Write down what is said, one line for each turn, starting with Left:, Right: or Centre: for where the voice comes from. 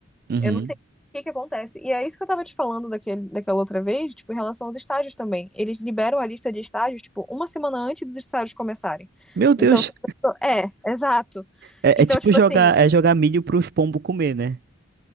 Right: uhum.
Centre: Eu não sei o que que acontece. E é isso que eu tava te falando daquele, daquela outra vez, tipo, em relação aos estágios também. Eles liberam a lista de estágios, tipo, uma semana antes dos estágios começarem.
Right: Meu Deus,
Centre: Então, tipo, é, exato.
Right: é,
Centre: Então,
Right: é tipo
Centre: tipo
Right: jogar,
Centre: assim,
Right: é jogar milho pros pombos comer, né?